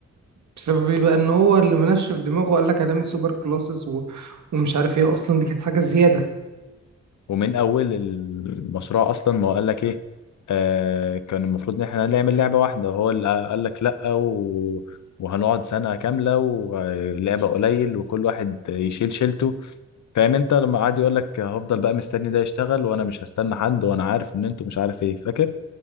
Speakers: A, on the right; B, on the left.
A: بسبب ايه بقى ان هو اللي منشف دماغه وقال لك هنعمل سوبر كلاسز و... ومش عارف ايه اصلا دي كانت حاجه زياده
B: ومن اول المشروع اصلا ما هو قال لك ايه آه كان المفروض ان احنا نعمل لعبه واحده وهو اللي قال لك لا و... وهنقعد سنه كامله ولعبه قليل وكل واحد يشيل شيلته فاهم انت لما قعد يقول لك هفضل بقى مستني ده يشتغل وانا مش هستنى حد وانا عارف ان انتوا مش عارف ايه فاكر